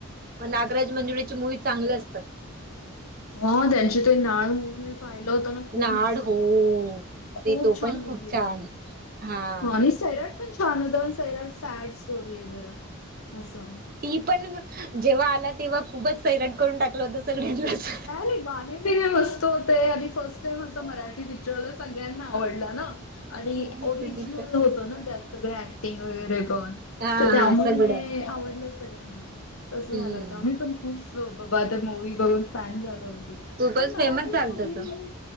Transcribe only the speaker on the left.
हां, त्यांचे ते नाळ मूव्ही मी पाहिलं होत ना, खूप
मस्त होता.
खूप
छान
मूव्ही
होता
तो.
आणि सैराट पण छान होता, पण सैराट सॅड स्टोरी आहे जरा असं.
त्यातले गाणे विण्या असतो ते आणि फर्स्ट टाईम असं मराठी पिक्चर सगळ्यांना आवडला ना. आणि
ओरिजिनल
होतं ना, त्यात सगळ्या ऍक्टिंग वगैरे पण
तर
त्यामुळे
आवडलं सगळ्यांना, तसं झालं
होतं आम्ही पण खूप जो बाबा, आ मूवी् बघून फॅन झालो अगदी
पण मराठी
मूवी